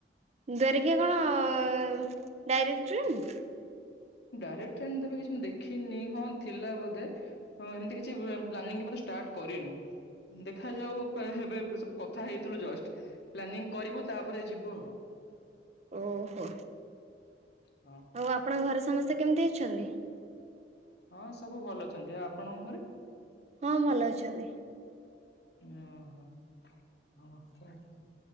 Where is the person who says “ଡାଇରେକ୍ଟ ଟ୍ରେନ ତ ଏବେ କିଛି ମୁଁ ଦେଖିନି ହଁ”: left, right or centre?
Left